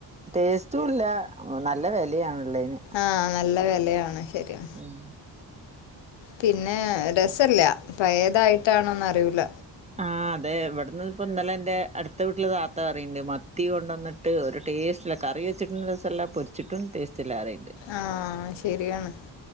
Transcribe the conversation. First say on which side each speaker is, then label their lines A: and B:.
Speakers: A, on the right (about 20°); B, on the left (about 80°).
A: ടേസ്റ്റും ഇല്ല നല്ല വെലയാണുള്ളെന്
B: ആഹ് നല്ല വെലയാണ് ശരിയാ
A: ഉം
B: പിന്നെ രസല്ല പയേതായിട്ടാണോന്നറിയൂല
A: ആഹ് അതെ ഇവിടുന്ന് ഇപ്പ ഇന്നലെ എന്റെ അടുത്ത വീട്ടില് താ ത്ത അറിയുണ്ട് മത്തി കൊണ്ടന്നിട്ട് ഒരു ടേസ്റ്റില്ല കറി വെച്ചിട്ടും രസല്ല പൊരിച്ചിട്ടും ടേസ്റ്റ് ഇല്ലാ അറിയുണ്ട്
B: ആഹ് ശരിയാണ്